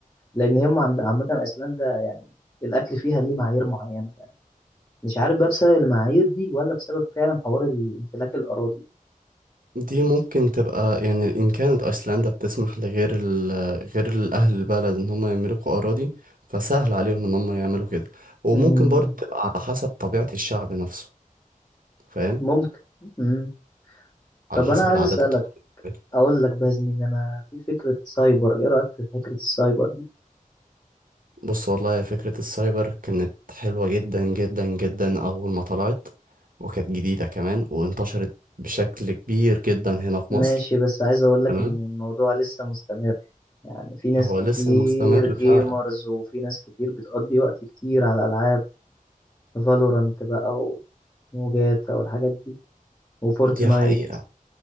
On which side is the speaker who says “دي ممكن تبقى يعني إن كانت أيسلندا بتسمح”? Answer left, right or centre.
Right